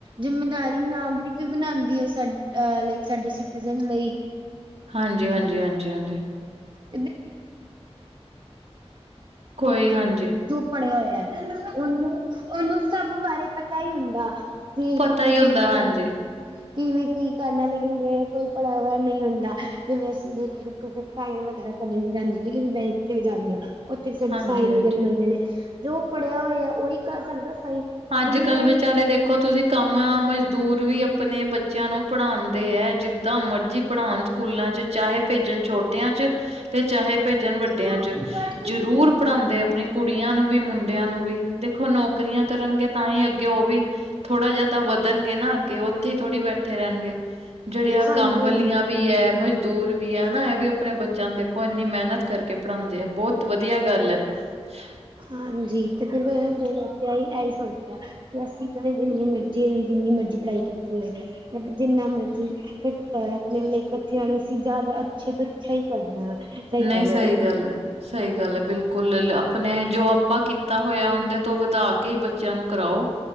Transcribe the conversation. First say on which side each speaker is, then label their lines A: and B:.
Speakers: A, on the right (about 45°); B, on the right (about 70°).
A: ਜਿੰਮੇਦਾਰੀ ਨਾਗਰਿਕ ਵੀ ਬਣਾਉਂਦੀ ਹੈ ਸਾਡੇਲਈ ਸਾਡੇ ਸਿਡਿਜ਼ਨ ਲਈ
B: ਹਾਂਜੀ, ਹਾਂਜੀ, ਹਾਂਜੀ, ਹਾਂਜੀ।
A: <unintelligible>
B: ਕੋਈ ਹਾਂਜੀ
A: ਪੜੇ ਹੋਏ ਹੈ ਉਹਨੂੰ ਨੂੰ ਸਭ ਬਾਰੇ ਪਤਾ ਹੀ ਹੁੰਦਾ। ਕਿਵੇਂ
B: ਪਤਾ ਹੀ ਹੁੰਦਾ
A: ਕੀ
B: ਹਾਂਜੀ
A: ਕਰਨਾ ਕਿਵੇਂ ਕੀ ਕਰਨਾ ਲੇਕਿਨ ਜਿ ਕੋਈ ਪੜਾਵਾ ਨਹੀਂ ਹੁੰਦਾ ਜਿਵੇਂ ਅਸੀਂ ਸਾਈਨ ਵਗੈਰਾ ਕਰਨ ਨ ਜਾਂਦੀ ਜਸੀਂ ਬੈਂਕ ਤੇ ਵੀ ਜਾਂਦੀ ਆ ਉੱਥੇ ਵੀ ਸਾਡੇ
B: ਹਾਂਜੀ
A: ਸਾਈਨ
B: ਹਾਂਜੀ
A: ਵਗ਼ਰਾ ਮੰਨਦੇ ਨੇ ਜੋ ਪੜ੍ਹਿਆ ਹੋਇਆ ਉਹੀ ਕਰ ਸਕਦਾ ਸਾਈਨ
B: ਅੱਜ
A: ਜਿਹਨੂੰ
B: ਕੱਲ੍ਹ
A: ਨਹੀਂ
B: ਵਿਚਾਰੇ ਦੇਖੋ ਤੁਸੀਂ ਕੰਮ ਮਜ਼ਦੂਰ ਵੀ ਆਪਣੇ ਬੱਚਿਆਂ ਨੂੰ ਪੜ੍ਹਾਉਂਦੇ ਹੈ ਜਿੱਦਾਂ ਮਰਜੀ ਪੜ੍ਹਾਉਣ ਸਕੂਲਾਂ ਚ ਚਾਹ ਭੇਜਣ ਛੋਟਿਆਂ ਚ ਤੇ ਚਾਹੇ ਭੇਜਣ ਵੱਡਿਆਂ
A: ਹਾਂਜੀ
B: ਚ ਜ਼ਰੂਰ ਪੜਾਉਂਦੇ ਆਪਣੀ ਕੁੜ ਕੁੜੀਆਂ ਨੂੰ ਵੀ ਮੁੰਡਿਆਂ ਨੂੰ ਵੀ ਦੇਖੋ ਨੌਕਰੀਆਂ ਕਰਨਗੇ ਤਾਂ ਹੀ ਅੱਗੇ ਉਹ ਵੀ ਥੋੜ੍ਹਾ ਜਿਹਾ ਤਾਂ ਵੱਧਣਗੇ ਨਾ ਅੱਗੇ ਉੱਥੇ ਹੀ ਥੋੜ੍ਹੀ ਬੈਠੇ ਰਹਿਣਗੇ। ਜਿਹੜੀਆਂ
A: ਹਾਂਜੀ
B: ਕੰਮ ਵਾਲੀਆਂ ਵੀ ਹੈ ਮਜ਼ਦੂਰ ਵੀ ਹੈ ਹਨਾ ਇਹ ਵੀ ਆਪਣੇ ਬੱਚਿਆਂ ਨੂੰ ਦੇਖੋ ਇੰਨੀ ਮਿਹਨਤ ਕਰਕੇ ਪੜ੍ਹਾਉਂਦੇ ਆ ਬਹੁਤ ਵਧੀਆ ਗੱਲ ਹੈ। ਹ <unintelligible>
A: ਹਾਂਜੀ ਤੇ ਫਿਰ ਮ ਆ ਐਹੀ ਸੋਚ ਕਿ ਅਸੀਂ ਕਹਿੰਦੇ ਜਿੰਨੀ ਮਰਜ਼ੀ ਜਿੰਨੀ ਮਰਜ਼ੀ ਪੜ੍ਹਾਈ ਕੀਤੀ ਹੋਏ ਜਿੰਨਾ ਮਰਜ਼ੀ ਘਟਤਾ ਆਪਣੇ ਬਚਿਆਂ ਨੂੰ ਅਂ ਜ਼ਿਆਦਾ ਅੱਛੇ ਤੋਂ ਅੱਛਾ ਹੀ ਕਰਨਾ। ਚਾਹੀਦਾ
B: ਨਹੀਂ
A: ਲਾਈਕ
B: ਸਹੀ ਗੱਲ ਹੈ ਸਹੀ ਗੱਲ ਹੈ ਬਿਲਕੁਲ। ਕੁੱਲ ਆਪਣੇ ਜੋ ਆਪਾਂ ਕੀਤਾ ਹੋਇਆ ਉਹਦੇ ਤੋਂ ਵਧਾ ਕੇ ਹੀ ਬੱਚਿਆਂ ਨੂੰ ਕਰਾਓ।